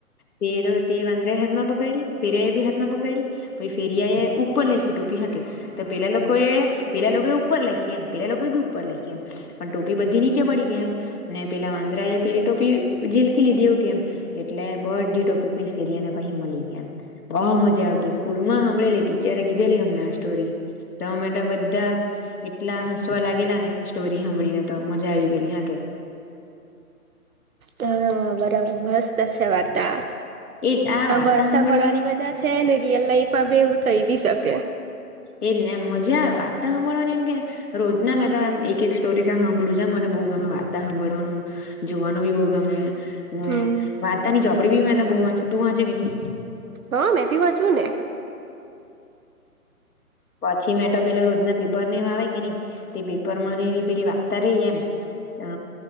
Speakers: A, on the left; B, on the right.
A: તે તે વાંદરાએ હાથમાં પકએડી ફેરિયાએ બી હાથમાં પકએડી પહી ફેરીયા એ ઉપર લાઈખી ટોપી હકે તો પેલા લોકો એ પેલા લોકો ઉપર લાઈખી એમ પેલા એ લોકોએ બી ઉપર લાઈખી પણ ટોપી બધી નીચે પડી ગઈ એમ ને પેલા વાંદરાએ પેલી ટોપી જીલ ઊંચકી લીધી એવુ એમ એટલે બઘી ટોપી પેલા ફેરિયા પહી પાછી મળી ગઈ એમ બોહ મજા આવતી. સ્કૂલમાં હાંભળેલી ટીચરે કીધેલી અમને આ સ્ટોરી તો અમે બધા એટલા હસવા લાગેલા ને સ્ટોરી હાં ભળી ને તો મજા આવી ગયેલી હ કે.
B: હા બરાબર મસ્ત છે વાર્તા.
A: એજ આ
B: સાંભળ
A: વાર્તા હાંભળવાનો
B: સાંભળવાની મજા છે. ને રિયલ લાઈફમાં ભી એવું થઈ બી શકે.
A: એજ ને એમ મજા આવે વાર્તા હાભળવાની એમ કેને રોજ ના મેં તોમ એક-એક સ્ટોરી હાભળું જ મને બોહ ગમે વાર્તા હાંભળવાનું જોવાનું બી બોહ ગમે ને
B: હમ
A: વાર્તાની ચોપડી બી મે બોહ વાંચું તું વાંચે ક ની.
B: હા મેં બી વાંચું ને
A: પછી મેં તો પેલો રોજના પેપર ને એવા આવે કે ની તે પેપરમાં ને એવી પેલી વાર્તા રેહ એમ અ